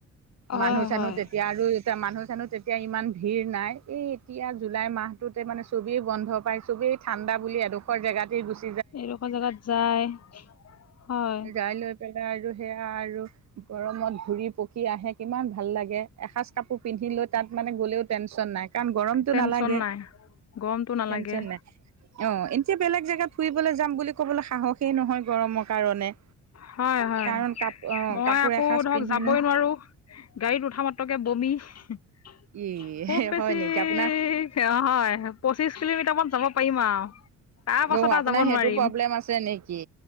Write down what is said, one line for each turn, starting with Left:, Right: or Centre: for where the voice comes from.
Left: হয়
Right: মানুহ চানুহ
Left: হয়
Right: তেতিয়া আৰু য়া মানুহ চানুহ তেতিয়া ইমান ভিৰ নাই এই এতিয়া জুলাই মাহটোতে মানে চবেই বন্ধ পায় চবেই। ঠাণ্ডা বুলি এডোখৰ জোতেই গুছি,
Left: এনেকুৱা জেগাত যায়। হয়
Right: যাই লৈ পেলাই আৰু সেয়া আৰু গৰমত ঘুৰি পকি। কি আহে কিমান ভাল লাগে এসাঁজ কাপোৰ পিন্ধি লৈ তাত মানে গ'লেও টেনশন নাই কাৰণ গৰমটো
Left: টেনচন
Right: নালাগে।
Left: নাই গৰমটো নালাগে।
Right: টেনচন নাই অ এতিয়া বেলেগ জেগাত ফুৰিবলৈ যাম বুলি ক'বলৈ সাহসেই নহয় গৰমৰ কাৰণে।
Left: হয় হয়,
Right: কাৰণ কাপ অ
Left: মই
Right: কাপোৰ
Left: আকৌ
Right: এসাঁজ
Left: ধৰক
Right: পিন্ধিনো
Left: যাবই নোৱাৰো। গাড়ীত উঠা মাত্ৰকে বমি হিহ।
Right: ই
Left: খুব বেছি
Right: হয় নেকি আপোনাৰ
Left: সেৱা হয় পঁচিশ কিলোমিটাৰ মান যাব পাৰিম আৰু তাৰ পাছত
Right: অ
Left: আৰু
Right: আপোনাৰ
Left: যাব
Right: সেইটো
Left: নোৱাৰিম,
Right: প্ৰব্লেম আছে নেকি